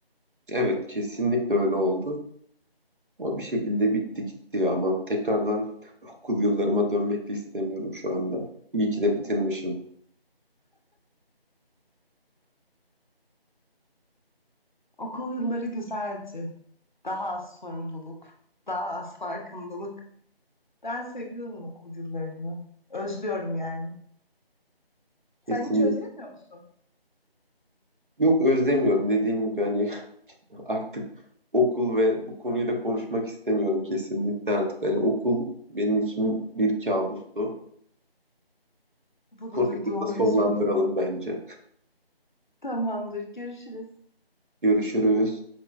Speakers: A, on the right; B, on the left.
A: evet kesinlikle öyle oldu. Ama bir şekilde bitti gitti ya. Ama tekrardan okul yıllarıma dönmek de istemiyorum şu anda. İyi ki de bitirmişim.
B: Okul yılları güzeldi. Daha az sorumluluk, daha az farkındalık. Ben seviyorum okulcularını. Özlüyorum yani. Sen
A: Kesinlikle.
B: hiç özlemiyor musun?
A: Yok özlemiyorum. Dediğim gibi hani <laughs> artık okul ve bu konuyu da konuşmak istemiyorum kesinlikle artık. Hani okul benim için bir kabustu.
B: Bunu
A: Konuyu
B: duyduğuma
A: burada sonlandıralım
B: üzüldüm.
A: bence.
B: Tamamdır. Görüşürüz.
A: Görüşürüz.